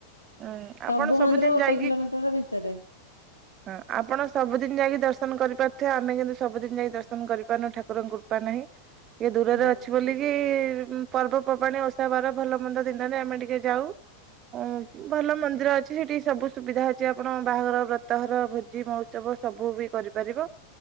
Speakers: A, on the right; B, on the left.
A: ହୁଁ
B: ସବୁ
A: ଆପଣ ସବୁଦିନ
B: ମନ୍ଦିର ଗୋଟେ
A: ଯାଇକି
B: କିଲୋମିଟର ଭିତରେ।
A: ହଁ ଆପଣ ସବୁଦିନ ଯାଇକି ଦର୍ଶନ କରିପାରୁଥିବେ ଆମେ କିନ୍ତୁ ସବୁଦିନ ଯାଇ ଦର୍ଶନ କରିପାରୁନୁ ଠାକୁର ଙ୍କୁ। ତ ନାହିଁ ଟିକେ ଦୂରରେ
B: ହଁ,
A: ଅଛି। ବୁଲିକି ପର୍ବପର୍ବାଣି ଓଷା ବାର ଭଲ ମନ୍ଦ ଦିନରେ ଆମେ ଟିକେ ଯାଉ।
B: <inaudible>
A: ଉଁ ଭଲ ମନ୍ଦିର ଅଛି ସେଠି ସବୁ ସୁବିଧା ଅଛି ଆପଣ ବାହାଘର ବ୍ରତ ଘର ଭୋଜି ମଉ ସ୍ଥବ ସବୁ ବି କରିପାରିବ।